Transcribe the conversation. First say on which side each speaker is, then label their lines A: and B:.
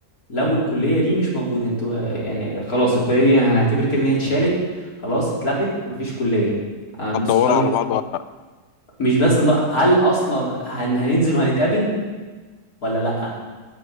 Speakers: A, on the left (about 60°); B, on the left (about 80°).
A: لو الكلية دي مش موجودة انتوا يعني خلاص الكلية دي هنعتبر كده ان هي اتشالت خلاص اتلغت مفيش كلية انا دول
B: هتدوروا
A: صحابي
B: على بعض ولا صح لأ؟
A: مش بس إن- هل اصلا هن... هننزل وهنتقابل ولا لا